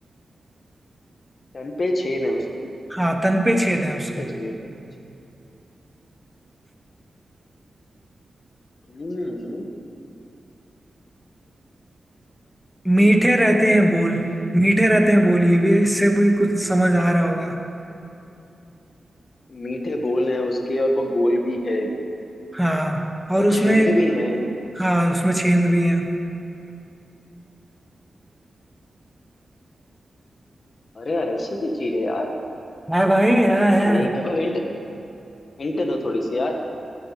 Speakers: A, on the left; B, in the centre.
A: तन पे छेद है उसके
B: हाँ तन पे छेद है
A: ऐसी
B: उसके
A: क्या चीज है तन पे छेद हम्म
B: मीठे रहते हैं बोल मीठे रहते हैं बोल ये भी इससे भी कुछ समझ आ रहा होगा
A: मीठे बोल हैं उसके और वो गोल भी है
B: हाँ और
A: और
B: उसमें
A: छेद भी हैं
B: हाँ उसमें छेंद भी है
A: अरे यार ऐसी क्या चीज है यार
B: है भाई है है
A: नहीं अब हिंट हिंट दो थोड़ी सी यार